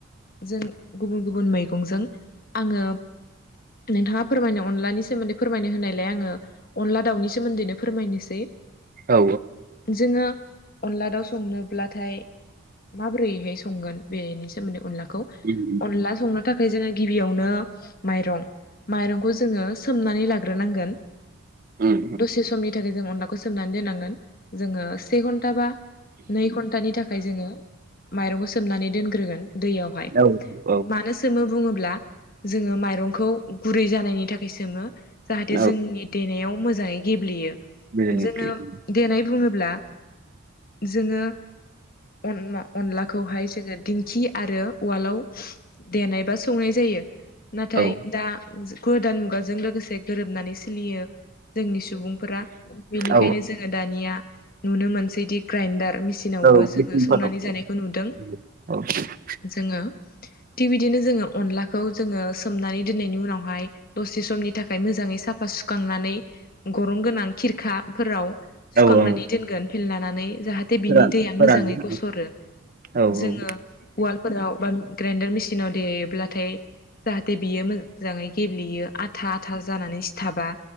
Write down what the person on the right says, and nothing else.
औ
उम
उम उम
औ औ
औ
मेलेमनिफ्रि
औ
औ
औ
औ मेचिनफोराव
औ
<inaudible>
औ औ
फोरान
फोरान
औ
औ औ
औ